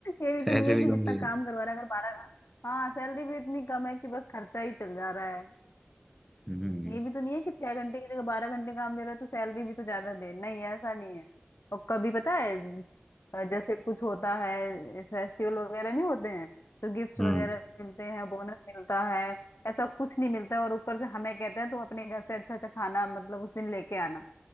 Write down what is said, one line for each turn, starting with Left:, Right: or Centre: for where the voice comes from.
Left: ये भी तो
Centre: पैसे
Left: नहीं है
Centre: भी
Left: कि
Centre: कम
Left: जितना
Centre: दे रहा
Left: काम करवा रहा है अगर बारह हाँ सैलरी भी इतनी कम है कि बस खर्चा ही चल जा रहा है
Centre: है हम्म
Left: ये भी तो नहीं है कि छह घंटे की जगह बारह घंटे काम दे रहे हो तो सैलरी भी तो ज्यादा दे नहीं ऐसा नहीं है और कभी पता है अ, जैसे कुछ होता है फेस्टिवल वगैरह नहीं होते हैं तो गिफ्ट
Centre: हम्म
Left: वगैरह मिलते हैं बोनस मिलता है ऐसा कुछ नहीं मिलता है और ऊपर से हमें कहते हैं तुम अपने घर से अच्छा अच्छा खाना मतलब उस दिन लेके आना